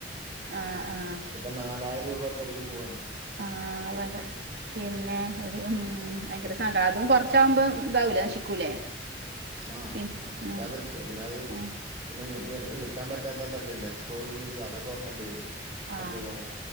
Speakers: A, on the right; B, on the right.
A: ആഹ ആഹ
B: അപ്പ നാലായിരം രൂപ ഒറ്റടക്ക് പോവയാണ്
A: ആ ഭങ്ങനെ പിന്നെ ഒരു ഉ ഭയങ്കര സങ്കടം അതും കൊറച്ചാകുമ്പോ ഇതാവൂലേ നശിക്കൂലേ
B: ആഹ
A: പിൻ
B: നശിക്കാതിരിക്കുവ
A: ഉം
B: പിന്നെ അത്
A: ഉം
B: പിന്നെ എടുക്കാൻ പറ്റാത്ത പല്ലില്ലല്ല സ്ക്രോഡ് ചെയ്തിട്ട അതൊക്കെ വക്കണ്ടി വരും പല്ല്
A: ആ
B: പോയാ